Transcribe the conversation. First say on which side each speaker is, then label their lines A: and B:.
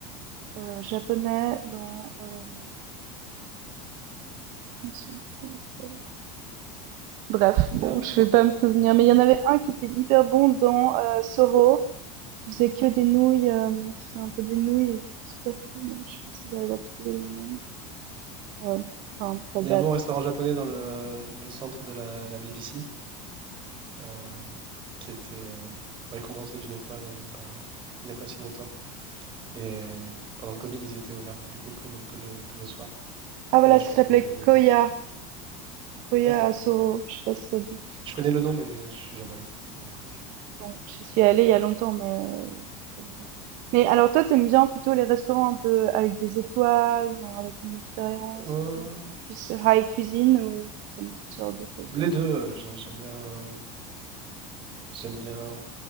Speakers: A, on the right; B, on the right.
A: euh, japonais dans. euh, je me souviens plus comment il s'appelle. Bref, bon,
B: Il y a un,
A: je vais pas me souvenir, mais il y en avait un qui était hyper bon dans euh, Soro, qui faisait que des nouilles, euh, qui faisait un peu des nouilles et qui était super cool. mais Je sais pas si j'arrive à trouver le nom. Euh, Enfin, ça
B: il
A: date.
B: y a un bon restaurant japonais dans le, le centre de la, la BBC euh, qui était euh, récompensé d'une étoile euh, il n'y a pas, il y a pas si longtemps. Et pendant le Covid, ils étaient ouverts du coup que le, que le, que le soir.
A: Ah voilà,
B: Mais là, je
A: ça
B: pense
A: s'appelait
B: qu'ils ont remis
A: Koya.
B: le...
A: Koya
B: D'accord.
A: à Soro. Je sais pas si ça dit.
B: Je connais le nom, mais je, je suis jamais allé. Donc, euh, je...
A: Bon, j'y suis allée il y a longtemps, mais. euh, ça fait longtemps. Mais alors toi, t'aimes bien plutôt les restaurants un peu avec des étoiles, genre avec une expérience
B: Euh,
A: et tout, plus high cuisine ou t'aimes toutes sortes de choses?
B: Les 2, heu, je j'aime bien, hem, j'aime bien